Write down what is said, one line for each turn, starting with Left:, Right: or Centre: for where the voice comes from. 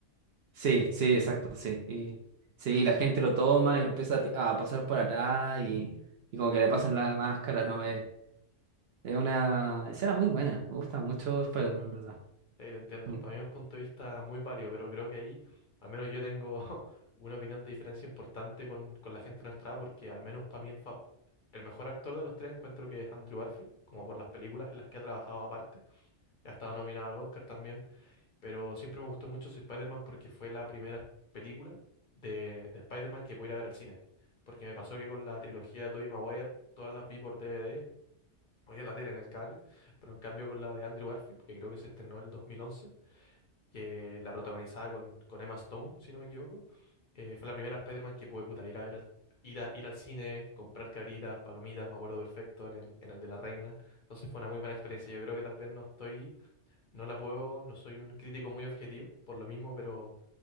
Right: Sí, sí, exacto, sí. Y, sí, la gente lo toma y lo empieza a, ti- a pasar por atrás y, y como que le pasan la máscara, ¿no? Es, es una escena muy buena. Me gusta mucho Spider-Man, en verdad.
Left: Sí, te entiendo.
Right: Mm,
Left: Para mí es un punto de vista muy válido, pero creo que ahí, al menos yo tengo <laughs> una opinión de diferencia importante con, con la gente de nuestra edad, porque al menos para mí el, fa- el mejor actor de los tres encuentro que es Andrew Garfield, como por las películas en las que ha trabajado aparte. Ha estado nominado al Oscar también. Pero siempre me gustó mucho su Spider-Man porque fue la primera película de, de Spider-Man que pude ir a ver al cine. Porque me pasó que con la trilogía de Tobey Maguire, todas las vi por DVD, o ya en la tele, en el cable, pero en cambio con la de Andrew Garfield, que creo que se estrenó el 2011, que la protagonizaba con, con Emma Stone, si no me equivoco, eh, fue la primera Spider-Man que pude puta, ir a ver al, ir a- ir al cine, comprar cabritas, palomitas, me acuerdo perfecto, en el, en el de la reina. Entonces fue una muy buena experiencia. Yo creo que tal vez no estoy no la puedo, no soy un crítico muy objetivo, por lo mismo, pero,